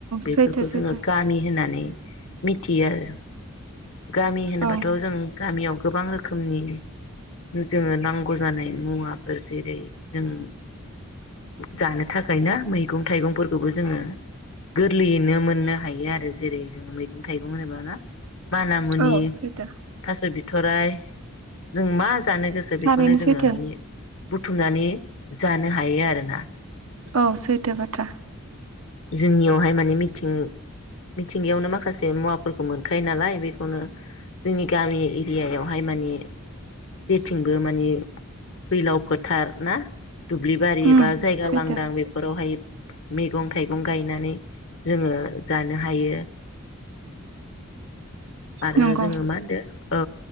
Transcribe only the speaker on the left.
बेफोरखौ
जोङो गामि होननानै मिथियो आरो गामि होनोबाथ'
जों गामियाव गोबां रोखोमनि जोङो नांगौ जानाय मुवाफोर जेरै जों जानो थाखायना मैगं थाइगंफोरखौबो जोङो गोरलैयैनो मोननो हायो आरो। जेरै जों मै गौ थाइगं होनोबा ना माना मुनि
थास' बिथ थ'राइ जों मा जानो गोसो
बेखौनो जोङो
माने बुथुमनानै जानो हायो आरो ना।
जोंनियावहाय माने मिथिं मिथिंगायावनो माखासे मुवाफोरखौ मोनखायो नालाय। बेखौनो जोंनि गामि एरियायावहाय माने जेथिंबो माने फैलाव फोथार ना? दुब्लिबारि
बा जायगा
लांदां बेफोरावहाय मैगं थाइगं गायनानै जोङो जानो हायो। आरो
जोङो मा होनदो? ओ